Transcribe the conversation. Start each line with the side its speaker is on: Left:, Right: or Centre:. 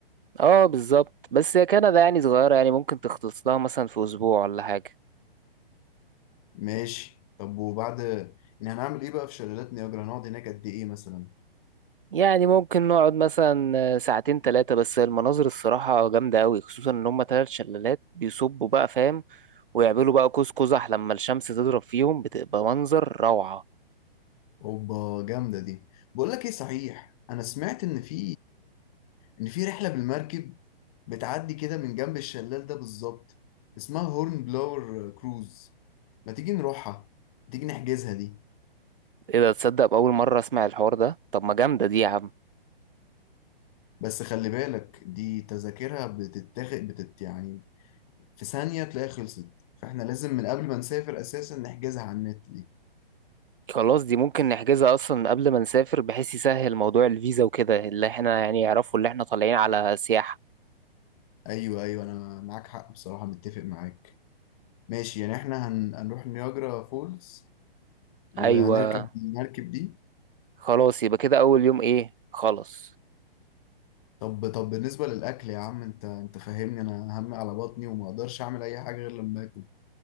Right: اه بالظبط بس هي كندا يعني صغيرة يعني ممكن تخلص لها مثلا في اسبوع ولا حاجة
Left: ماشي طب وبعد يعني هنعمل ايه بقى في شلالات نياجرا هنقعد هناك قد ايه مثلا
Right: يعني ممكن نقعد مثلا ساعتين ثلاثة بس المناظر الصراحة جامدة أوي خصوصا إن هما تلات شلالات بيصبوا بقى فاهم ويعملوا بقى قوس قزح لما الشمس تضرب فيهم بتبقى منظر روعة
Left: اوبا جامده دي بقول لك ايه صحيح انا سمعت ان في ان في رحله بالمركب بتعدي كده من جنب الشلال ده بالظبط اسمها هورن بلاور كروز ما تيجي نروحها تيجي نحجزها دي
Right: ايه ده تصدق بأول مرة اسمع الحوار ده طب ما جامدة دي يا عم
Left: بس خلي بالك دي تذاكرها بتتاخد بتت يعني في ثانيه تلاقي خلصت فاحنا لازم من قبل ما نسافر اساسا نحجزها على النت دي
Right: خلاص دي ممكن نحجزها اصلا قبل ما نسافر بحيث يسهل موضوع الفيزا وكده اللي احنا يعني يعرفوا اللي احنا طالعين على سياحة
Left: ايوه ايوه انا معاك حق بصراحه متفق معاك ماشي يعني احنا هن... هنروح نياجرا فولز وهنركب
Right: ايوه
Left: المركب دي
Right: خلاص يبقى كده اول يوم ايه خلاص
Left: طب طب بالنسبة للأكل يا عم أنت أنت فاهمني أنا همي على بطني وما أقدرش أعمل أي حاجة غير لما آكل